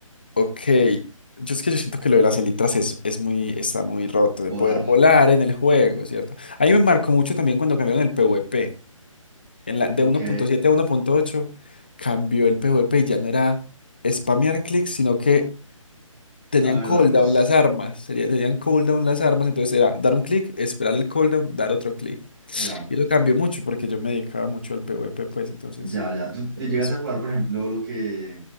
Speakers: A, on the left; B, on the right.
A: Ok, yo es que yo siento que lo de las elitras es, es muy, está muy roto
B: Volar.
A: de poder volar en el juego, ¿cierto? Ahí me marcó mucho también cuando cambiaron el PvP. En la, de
B: Ok.
A: uno punto siete a uno punto ocho, cambió el PvP y ya no era spamear clics, sino que
B: Saber
A: tenían cooldown
B: darlos.
A: las armas. sería- tenían cooldown las armas, entonces era dar un clic, esperar el cooldown, dar otro clic.
B: Ya.
A: Y lo cambió mucho porque yo me dedicaba mucho al PvP, pues entonces
B: Ya, ya. ¿Tú te
A: lo
B: llegas
A: hice.
B: a jugar, por ejemplo, lo que